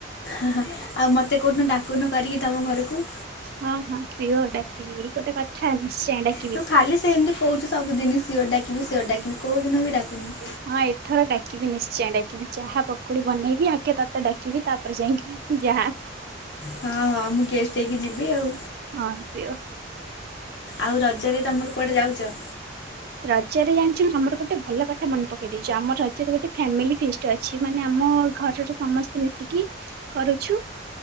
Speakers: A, on the left; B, on the right.
A: <inaudible> ଆଉ ମତେ କୋଉଦିନ ଡାକୁନୁ କରିକି ତମ ଘରକୁ।
B: ହଁ ହଁ ସିଓର ଡାକିବି ଏଇ ଗୋଟେ କଥା ନିଶ୍ଚୟ ଡାକି
A: ତୁ ଖାଲି ସେମିତି କହୁଛୁ ସବୁଦିନି ସିଓର ଡାକିବି ସିଓର ଡାକିବି କୋଉ ଦିନ ବି ଡାକୁନୁ।
B: ହଁ ଏଥର ଡାକିବି ନିଶ୍ଚୟ ଡାକିବି ଚାହା ପକୁଡ଼ି ବନେଇବି, ଆଗ ତତେ ଡାକିବି ତାପରେ ଯାଇକି ଯାହା।
A: ହଁ ହଁ ମୁଁ ଗେଷ୍ଟ୍ ହେଇକି ଯିବି ଆଉ।
B: ହଁ ଆସିବ।
A: ଆଉ ରଜରେ ତମର କୁଆଡ଼େ ଯାଉଛ?
B: ରଜରେ ଜାଣିଛୁ ଆମର ଗୋଟେ ଭଲ କଥା ମନେ ପକେଇ ଦେଇଛୁ ଆମର ରଜରେ ଗୋଟେ ଫ୍ୟାମିଲି ଫିଷ୍ଟ୍ ଅଛି ମାନେ ଆମ ଘରର ସମସ୍ତେ ମିଶିକି କରୁଛୁ।